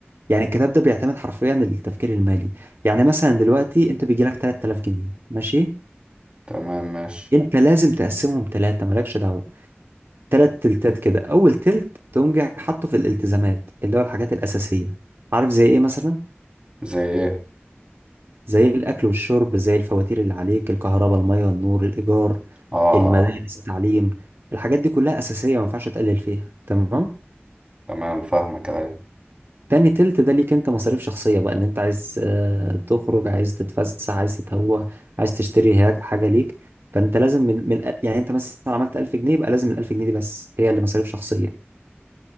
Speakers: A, on the right; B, on the right.
A: يعني الكتاب ده بيعتمد حرفيا التفكير المالي يعني مثلا دلوقتي انت بيجي لك 3000 جنيه ماشي
B: تمام ماشي
A: انت لازم تقسمهم ثلاثة مالكش دعوة ثلاث تلتات كده اول تلت تقوم جاي حاطه في الالتزامات اللي هو الحاجات الأساسية عارف زي ايه مثلا
B: زي إيه
A: زي الأكل والشرب زي الفواتير اللي عليك الكهرباء المية النور الإيجار
B: آه
A: المدارس
B: آه
A: التعليم الحاجات دي كلها أساسية ما ينفعش تقلل فيها تمام
B: تمام فاهمك أيوة
A: تاني تلت ده ليك انت مصاريف شخصية بقى ان انت عايز آه، تخرج عايز تتفسح عايز تتهوى عايز تشتري هاج- حاجة ليك فانت لازم من, من الأ- يعني انت مثلا عملت 1000 جنيه يبقى لازم ال 1000 جنيه دي بس هي اللي مصاريف شخصية